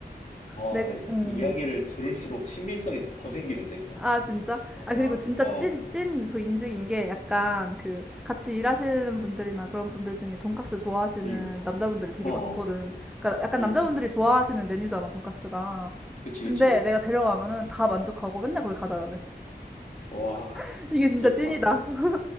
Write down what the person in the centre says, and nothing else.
내, 어,
아, 진짜?
아, 그리고 진짜
찐, 찐 그 인증인 게 약간 그 같이 일하시는 분들이나 그런 분들 중에 돈까스 좋아하시는
남자분들이 되게
많거든. 그러니까 약간
남자분들이
좋아하시는 메뉴잖아, 돈까스가.
근데
내가 데려가면은 다 만족하고 맨날 거기 가자 그래.
<laughs> 이게
진짜 찐이다.
<laughs>